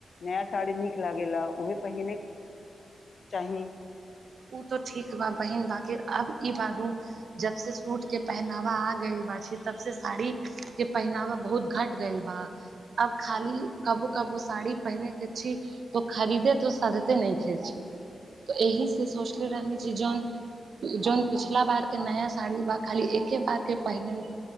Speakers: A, on the left; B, on the right.
A: नया साड़ी नीक लागेला उे पहिने चाही
B: ओ तऽ ठीक बा बहिन बाकि आब ई बाबू जब से सूट के पहनावा आ गइल बानि तब से साड़ी के पहनावा बहुत घट गेल बा अब खाली कबो कबो साड़ी पहिने के छी। त खरीदे त सादते न खेच तऽ एहि से सोचले रह छी। जौन जौन पिछला बार नया साड़ी ब खाली एके बार के पहिनल